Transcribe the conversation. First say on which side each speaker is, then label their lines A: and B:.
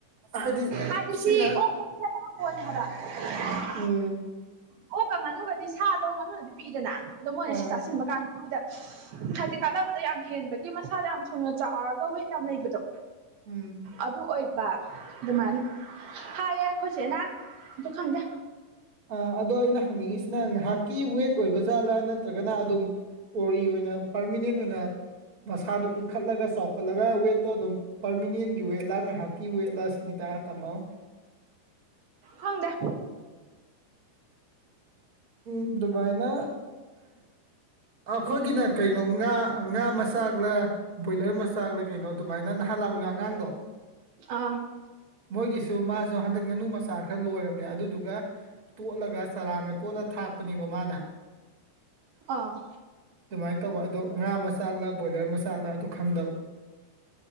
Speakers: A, on the right; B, on the right.
A: ꯍꯥꯏꯗꯤ
B: ꯍꯥꯏꯗꯤ
A: ꯁꯤꯅ
B: ꯁꯤ <unintelligible>
A: ꯎꯝ
B: ꯑꯣꯛꯀ ꯉꯥꯅꯨꯒꯗꯤ ꯁꯥꯗꯣ ꯉꯥꯅꯨꯅꯗꯤ ꯄꯤꯛꯏꯗꯅ ꯑꯗꯣ ꯃꯣꯏꯅ
A: ꯑꯥ
B: ꯁꯤ ꯆꯥꯁꯤꯟꯕ ꯀꯥꯟꯗ ꯃꯣꯏꯗ ꯍꯥꯏꯗꯤ ꯀꯥꯟꯅꯕꯗ ꯌꯥꯝ ꯍꯦꯟꯕꯒꯤ ꯃꯁꯥꯗ ꯌꯥꯝ ꯊꯨꯅ ꯆꯥꯎꯔꯒ ꯋꯦꯠ ꯌꯥꯝꯅ ꯂꯩꯕꯗꯣ
A: ꯎꯝ
B: ꯑꯗꯨ ꯑꯣꯏꯕ ꯑꯗꯨꯃꯥꯏꯅ ꯍꯥꯏꯌꯦ ꯑꯩꯈꯣꯏꯁꯦꯅ ꯑꯗꯨ ꯈꯪꯗꯦ
A: ꯑ ꯑꯗꯣ ꯑꯩꯅ ꯍꯪꯅꯤꯡꯉꯤꯁꯤꯅ ꯉꯥꯏꯍꯥꯛꯀꯤ ꯋꯦꯠ ꯑꯣꯏꯕ ꯖꯥꯠꯂꯥ ꯅꯠꯇ꯭ꯔꯒꯅ ꯑꯗꯨꯝ ꯑꯣꯔꯤ ꯑꯣꯏꯅ ꯄꯥꯔꯃꯤꯅꯦꯟ ꯑꯣꯏꯅ ꯃꯁꯥꯗꯨ ꯏꯟꯈꯠꯂꯒ ꯆꯥꯎꯈꯠꯂꯒ ꯋꯦꯠꯇꯣ ꯑꯗꯨꯝ ꯄꯔꯃꯤꯅꯦꯟꯒꯤ ꯋꯦꯠ ꯂꯥꯡꯅ ꯀ ꯑꯣꯏꯋꯦꯠꯂꯁꯅꯤꯗꯥ ꯇꯥꯃꯣ <unintelligible>
B: ꯍꯪꯗ
A: ꯎꯝ ꯗꯨꯃꯥꯏꯅ ꯑꯩꯈꯣꯏꯒꯤꯅ ꯀꯩꯅꯣ ꯉꯥ ꯉꯥ ꯃꯆꯥꯛꯂ ꯕꯣꯏꯂꯔ ꯃꯆꯥꯛꯂ ꯀꯩꯅꯣ ꯑꯗꯨꯃꯥꯏꯅ ꯅꯍꯥꯟ ꯂꯥꯛꯃꯤꯟꯅꯕ ꯑꯉꯥꯡꯗꯣ
B: ꯑꯥ <unintelligible>
A: ꯃꯣꯏꯒꯤꯁꯨ ꯃꯥꯁꯨ ꯍꯟꯗꯛ ꯉꯥꯅꯨ ꯃꯆꯥ ꯈꯔ ꯂꯣꯏꯔꯝꯅꯦ ꯑꯗꯨꯗꯨꯒ ꯇꯣꯠꯂꯒ ꯆꯔꯥꯡꯒ ꯇꯣꯠꯂ ꯊꯥꯛꯄꯅꯦꯕ ꯃꯥꯅ
B: ꯑꯥ
A: ꯑꯗꯨꯃꯥꯏꯅ ꯇꯧꯕ ꯑꯗꯣ ꯉꯥ ꯃꯆꯥꯥꯛꯂ ꯕꯣꯏꯂꯔ ꯃꯆꯥ ꯆꯥꯛꯂ ꯑꯗꯨ ꯈꯪꯗꯕ